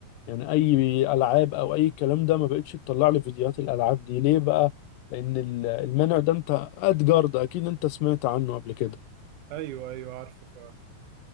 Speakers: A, on the left; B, on the right.
A: يعني اي العاب او اي الكلام ده ما بقتش تطلع لي فيديوهات الالعاب دي ليه بقى لان ال- المنع ده انت ادجار ده اكيد انت سمعت عنه قبل كده
B: ايوه ايوه عارفه فعلا